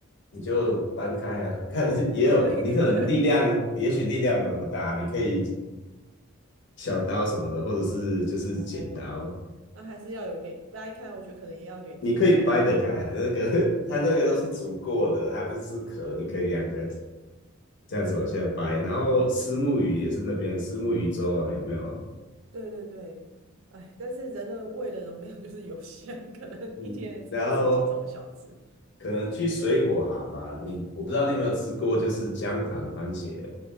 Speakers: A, on the left; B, on the right.
A: 你就搬开啊，看也有你可能力量，
B: 的，<laughs> 掰开。
A: 也许力量没有那么大，你可以。小刀什么的，或者是就是剪刀，
B: 哦，那还是要有一点掰开，我觉得可能也要有点技巧啦。
A: 你可以掰得开啊。那个它这个都是煮过的，
B: 对对对，
A: 它就是壳，你可以两个
B: <laughs> 嗯，
A: 这样子往下掰。
B: 是，
A: 然后虱目鱼也是那边虱目鱼粥啊，有没有？
B: 对对对。哎，但是人的胃的容量就是有限，<laughs> 可能一天也只能吃几种小吃。
A: 嗯，然后可能去水果行吧，你我不知道你有没有吃过，
B: 哦，
A: 就是姜糖番茄，